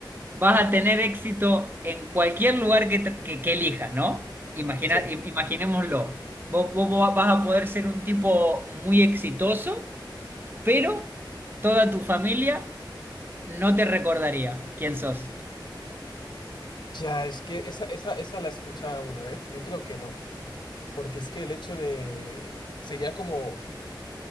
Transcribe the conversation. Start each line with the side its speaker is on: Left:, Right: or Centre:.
Right: vas a tener éxito en cualquier lugar que, tra- que, que elijas, ¿no? Imagina,
Left: Sí.
Right: im- imaginémoslo. Vos, vos vos vas a poder ser un tipo muy exitoso, pero toda tu familia no te recordaría quién sos.
Left: Ya, es que esa, esa, esa la he escuchado alguna vez. Yo creo que no. Porque es que el hecho de... Sería como,